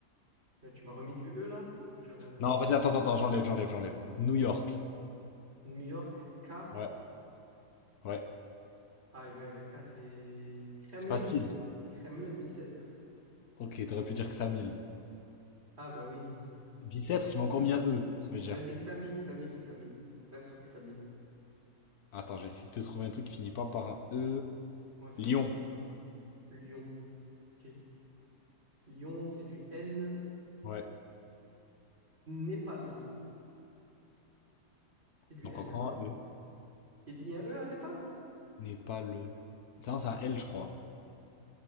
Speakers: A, on the right; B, on the left.
A: Là, tu m'as remis du E là? Ou je rêve?
B: Non, vas-y, attends, attends, j'enlève, j'enlève, j'enlève. New York.
A: New York. K.
B: Ouais, ouais.
A: Ah ouais, le K c'est... Kremlin-Bis...
B: C'est facile.
A: Kremlin-Bicêtre.
B: Ok, t'aurais pu dire que ça mille.
A: Ah bah oui.
B: Bicêtre, tu m'as encore mis un E, ça veut dire.
A: Vas-y, Xamil, Xamil, Xamil. Reste sur Xamil.
B: Attends, je vais essayer de te trouver un truc qui finit pas par un E.
A: Ouais, c'est
B: Lyon.
A: facile ça. Lyon. Ok. Lyon, c'est du N.
B: Ouais.
A: Népal. C'est du
B: Donc
A: L,
B: encore
A: hein.
B: un E.
A: Il y a un E à Népal?
B: N'est pas le. Putain, c'est un L, je crois.